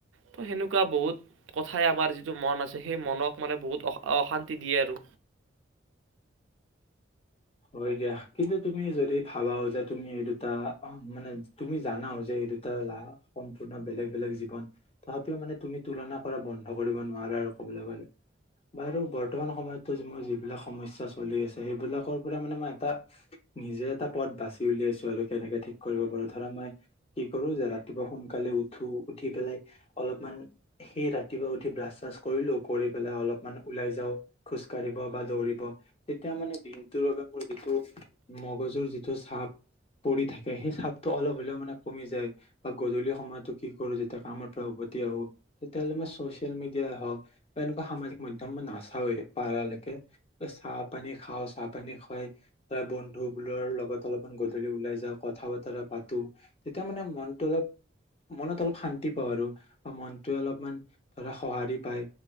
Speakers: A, on the right; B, on the left.
A: তো সেনেকুৱা বহুত কথাই আমাৰ যিটো মন আছে সেই মনক মানে বহুত অশান্তি দিয়ে আৰু
B: হয় দিয়া কিন্তু তুমি যদি ভাবাও যে তুমি এই দুটা মানে তুমি জানাও যে এই দুটা লা সম্পূৰ্ণ বেলেগ বেলেগ জীৱন তথাপিও মানে তুমি তুলনা কৰা বন্ধ কৰিব নোৱাৰা আৰু কবলৈ গলে বাৰু বৰ্তমান সময়ত মোৰ যিবিলাক সমস্যা চলি আছে সেইবিলাকৰ ম মই এটা নিজে এটা পথ বাচি উলিয়াইছো আৰু কেনেকে ঠিক কৰিব পাৰো ধৰা মই কি কৰো যে ৰাতিপুৱা সোনকালে উঠো উঠি পেলাই অলপমান সেই ৰাতিপুৱা উঠি ব্ৰাছ চাছ কৰিলো কৰি পেলাই অলপমান ওলাই যাও খোজ কাঢ়িব বা দৌৰিব তেতিয়া মানে দিন মোৰ যিটো মগজুৰ যিটো চাপ পৰি থাকে সেই চাপটো অলপ হলেও মানে কমি যায় বা গধূলি সময়তো কি কৰো যেতিয়া কামৰ পৰা উভতি আহো তেতিয়াাহ'লে মই চচিয়েল মিডিয়াই হওক বা এনেকুৱা সামাজিক মধ্যম মই নাচাওেই পাৰালৈকে চাহ পানী খাওঁ চাপ পানী খুৱাই ধৰা বন্ধু বোৰৰ লগত অলপমান গধূলি ওলাই যা কথা বতৰা পাতো তেতিয়া মানে মনটো অলপ মনত অলপ শান্তি পাওঁ আৰু বা মনটোৱে অলপমান ধৰা সঁহাৰি পায়